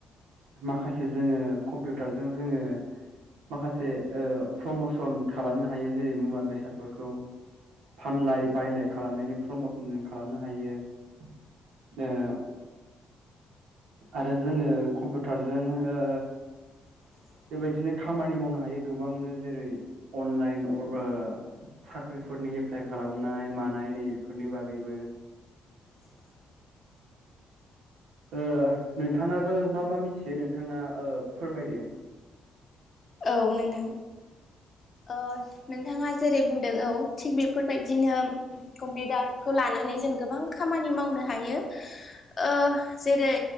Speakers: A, on the right (about 90°); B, on the left (about 40°).
A: माखासे जोङो कम्पिउटारजों जोङो माखासे ओ प्रमसन खालामनो हायो जेरै मुवा बेसादफोरखौ फानलाय बायलाय खालामनायनि प्रमसन जों खालामनो हायो ए आरो जोङो कम्पिउटारजों ओ
B: <unintelligible>
A: बेबायदिनो खामानि मावनो हायो गोबांनो जेरै अनलाइन अबा साख्रि फोरनि एप्लाइ खालामनाय मानाय नैबेफोरनि बागैबो
B: <inaudible>
A: ओ नोंथाङाबो मा मा मिथियो नोंथाङा ओ फोरमायदो
B: औ नोंथां ओ नोंथाङा जेरै बुंदों औ थिग बेफोरबायदिनो कम्पिउटारखौ लानानै नानै जों गोबां खामानि मावनो हायो ओ जेरै